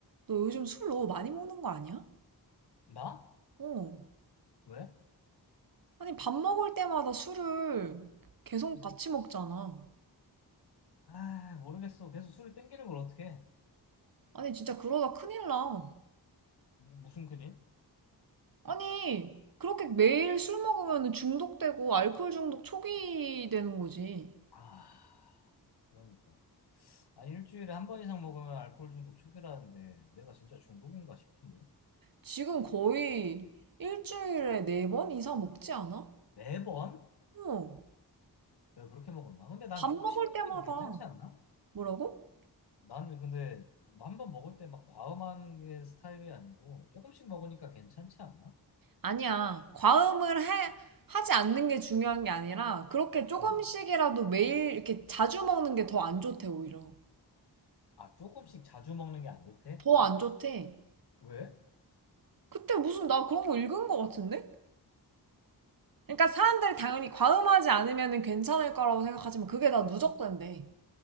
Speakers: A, on the right (about 55°); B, on the left (about 75°).
A: 너 요즘 술 너무 많이 먹는 거 아니야?
B: 나?
A: 어.
B: 왜?
A: 아니, 밥 먹을 때마다 술을 계속 같이 먹잖아.
B: 아, 모르겠어. 계속 술이 땡기는 걸 어떻게
A: 아니, 진짜 그러다 큰일 나.
B: 무슨 큰일?
A: 아니, 그렇게 매일 술 먹으면 중독되고 알코올 중독 초기 되는 거지.
B: 아, 그러니까. 아, 일주일에 한 번 이상 먹으면 알코올 중독 초기라는데 내가 진짜 중독인가 싶은데.
A: 지금 거의 일주일에 네 번 이상 먹지 않아?
B: 매번?
A: 어.
B: 왜 그렇게 먹었나? 근데 난
A: 밥
B: 조금씩
A: 먹을
B: 먹는
A: 때마다.
B: 게 괜찮지 않나?
A: 뭐라고?
B: 나는 근데 한 번 먹을 때 막 과음하는 게 스타일이 아니고 조금씩 먹으니까 괜찮지 않나?
A: 아니야. 과음을 해, 하지 않는 게 중요한 게 아니라 그렇게 조금씩이라도
B: 음.
A: 매일 이렇게 자주 먹는 게 더 안 좋대 오히려.
B: 아, 조금씩 자주 먹는 게 안 좋대?
A: 더 안 좋대.
B: 왜?
A: 그때 무슨 나 그런 거 읽은 거 같은데? 그러니까 사람들이 당연히 과음하지 않으면 괜찮을 거라고 생각하지만 그게 다 누적된대.